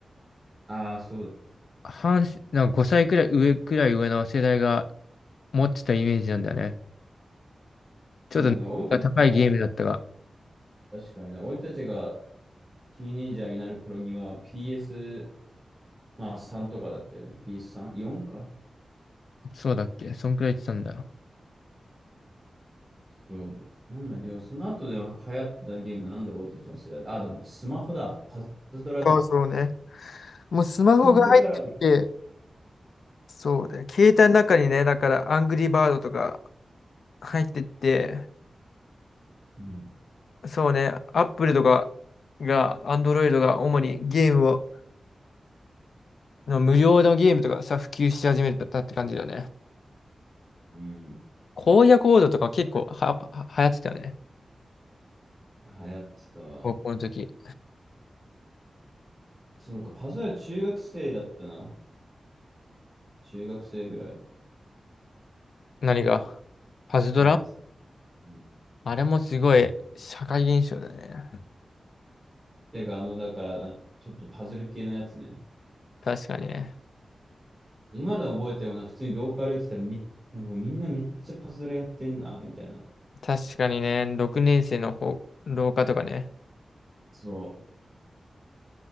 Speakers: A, on the right; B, on the left.
A: ああ、そうだ。
B: 半世、なんか5歳くらい上くらい上の世代が持ってたイメージなんだよね。ちょっと高いゲームだったが、
A: そうだな、俺たちが、確かにな、俺たちがティーネイジャーになる頃には PS、まあ3とかだったよね。PS3、4か
B: そうだっけそんくらい言ってたんだよ。
A: そう。なんだけど、その後で流行ったゲームなんだろう、俺たちの世代で。あ、でもスマホだ。パズドラだ。
B: そうそうね。もうスマホが入ってきて、
A: だから俺
B: そうだよ。携帯の中にね、だからアングリーバードとか入ってって、
A: うん。
B: そうね、アップルとかが、アンドロイドが主にゲームを、の無料のゲームとかさ、普及し始めたって感じだよね。
A: うん。
B: 荒野行動とか結構は、は、流行ってたよね。
A: 流行ってたわ。
B: 高校の時。
A: そうか、パズドラ中学生だったな。中学生ぐらい
B: 何がパズドラ
A: 流行ってた。うん
B: あれもすごい社会現象だね。
A: てか、あの、だから、ちょっとパズル系のやつね。
B: 確かにね。
A: 今でも覚えてるもんな、普通にローカル行ってたらみ、なんかもうみんなめっちゃパズルやってんな、みたいな。
B: 確かにね、6年生の方、廊下とかね。
A: そ